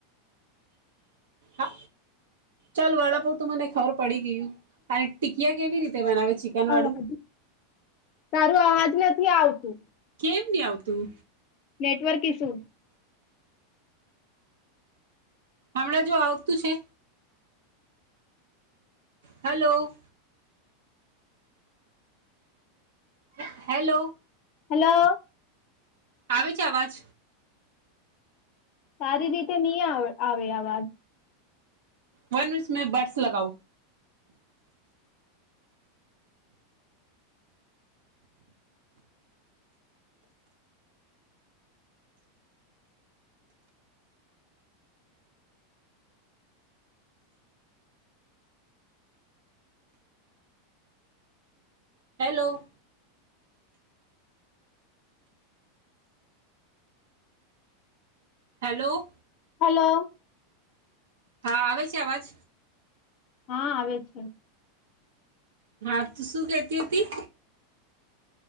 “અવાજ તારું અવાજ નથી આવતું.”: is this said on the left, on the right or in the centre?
Left